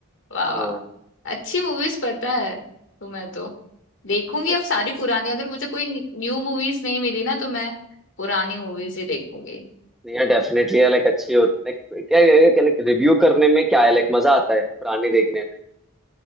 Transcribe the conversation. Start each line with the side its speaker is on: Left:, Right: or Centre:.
Left: वाह
Centre: हाँ
Left: वाह वाह। अच्छी मूवीज पता है तो मैं तो देखूंगी
Centre: लाइक
Left: अब सारी पुरानी अगर मुझे कोई न्यू मूवीज नहीं मिली ना तो मैं पुरानी मूवीज ही देखूंगी
Centre: नहीं यार डेफिनेटली है लाइक अच्छी होती है Like, क्या लाइक रिव्यू करने में क्या है लाइक मजा आता है पुरानी देखने में